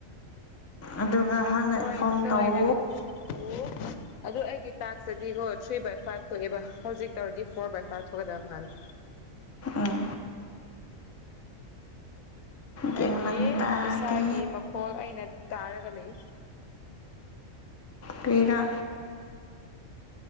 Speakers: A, on the left; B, on the left.
A: ꯑꯗꯨꯒ ꯍꯥꯟꯅ
B: ꯇꯣꯏꯅ
A: ꯏꯟꯐꯣꯔꯝ
B: ꯇꯣꯏꯅ
A: ꯇꯧ
B: ꯑꯣ ꯑꯗꯨ ꯑꯩꯒꯤ ꯇꯥꯛꯁꯇꯗꯤꯀꯣ ꯊ꯭ꯔꯤ ꯕꯥꯏ ꯐꯥꯏꯚ ꯊꯣꯛꯑꯦꯕ ꯍꯧꯖꯤꯛ ꯇꯧꯔꯗꯤ ꯐꯣꯔ ꯕꯥꯏ ꯐꯥꯏꯚ ꯊꯣꯛꯀꯗꯕ ꯃꯥꯜꯂꯤ
A: ꯎꯝ ꯒ꯭ꯌꯥꯟ
B: ꯑꯩꯒꯤ
A: ꯃꯟ ꯇꯥꯗꯦ
B: ꯏꯁꯥꯒꯤ ꯃꯈꯣꯜ ꯑꯩꯅ ꯇꯥꯔꯒ ꯂꯩ
A: ꯀꯩꯔꯥ